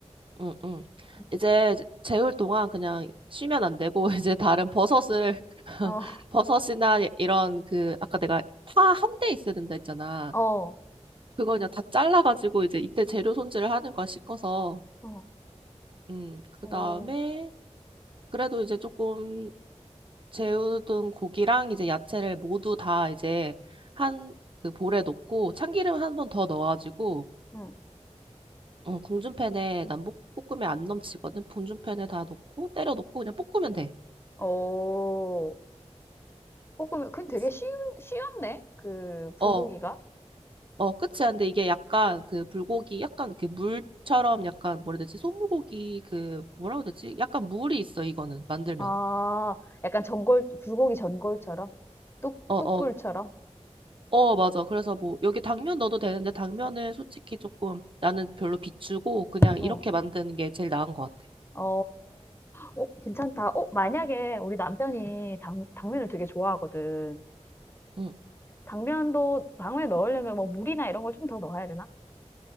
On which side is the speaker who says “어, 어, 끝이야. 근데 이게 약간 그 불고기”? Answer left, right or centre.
Right